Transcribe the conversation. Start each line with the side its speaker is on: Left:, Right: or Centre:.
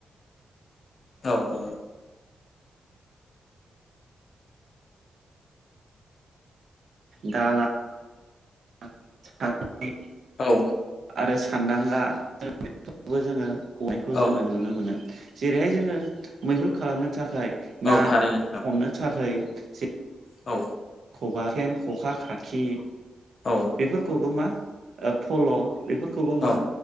Left: औ
Right: दाला <unintelligible>
Left: औ
Right: आरो सानदांगा <unintelligible> जोङो खनायखौ
Left: औ
Right: जोङो नुनो मोनो जेरैहाय जोङो मैहुर खालामनो थाखाय
Left: औ
Right: ना
Left: थारैनो नोंथां
Right: हमनो थाखाय जे
Left: औ
Right: खबा फेन खखा खाखि
Left: औ
Right: बेफोरखौबो मा ओ फल' बेफोरखौबो मा
Left: औ